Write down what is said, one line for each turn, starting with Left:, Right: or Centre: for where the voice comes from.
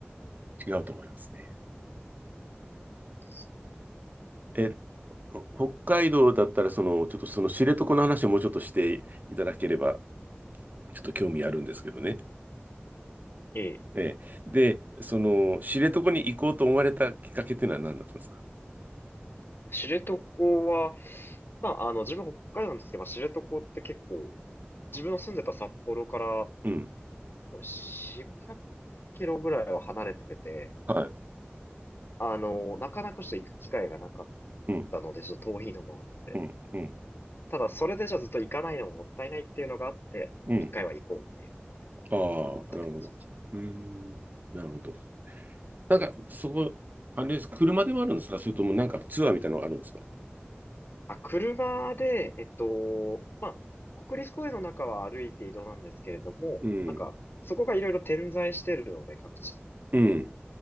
Right: 違うと思いますね。
Left: ですね。
Right: え、北海道だったら、その、ちょっとその知床の話をもうちょっとしていただければ、ちょっと興味あるんですけどね。
Left: ええ。
Right: ええ。で、その、知床に行こうと思われたきっかけっていうのは何だったんですか
Left: 知床は、まあ、あの、自分北海道なんですけど、まあ知床って結構、自分の住んでた札幌から4、
Right: うん。
Left: 500キロぐらいは離れてて、
Right: は
Left: あの、なかなかちょっと行く機会がなかっ
Right: い。うん。
Left: たので、ちょっと遠いのもあって。
Right: うん。うん。
Left: ただ、それでじゃあずっと行かないのももったいないっていうのがあって、
Right: うん。
Left: 一回は行こうっていうので、
Right: ああ、
Left: 行ったって感じ。
Right: なるほど。うーん。なるほど。なんか、そこ、あれです。車でもあるんですかそれともなんかツアーみたいなのがあるんですか
Left: あ、車で、えっと、まあ、国立公園の中は歩いて移動なんですけれども、
Right: うん。
Left: なんか、そこがいろいろ点在してるので、各地。
Right: うん。